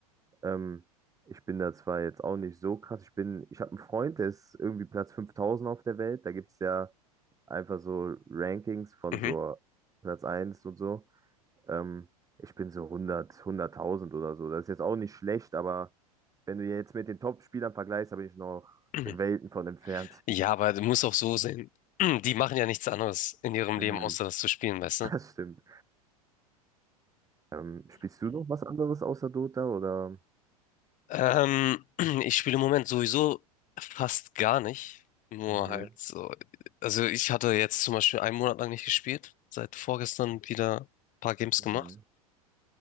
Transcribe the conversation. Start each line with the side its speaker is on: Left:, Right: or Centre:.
Right: Ähm, ich bin da zwar jetzt auch nicht so krass, ich bin, ich habe einen Freund, der ist irgendwie Platz 5000 auf der Welt, da gibt es ja einfach so Rankings von
Left: Mhm.
Right: so Platz eins und so. Ähm, ich bin so hundert, hunderttausend oder so, das ist jetzt auch nicht schlecht, aber wenn du jetzt mit den Top-Spielern vergleichst, da bin ich noch
Left: <clears throat>
Right: Welten von entfernt.
Left: Ja, aber du musst auch so sehen. <clears throat> Die machen ja nichts anderes in ihrem
Right: Mhm,
Left: Leben, außer das zu spielen, weißt
Right: <laughs>
Left: du?
Right: das stimmt. Ähm, spielst du noch was anderes außer Dota oder?
Left: Ähm, <clears throat> ich spiele im Moment sowieso fast gar nicht. Nur
Right: Mhm,
Left: halt so. Also ich hatte jetzt zum Beispiel einen Monat lang nicht gespielt. Seit vorgestern wieder ein paar Games
Right: mhm,
Left: gemacht.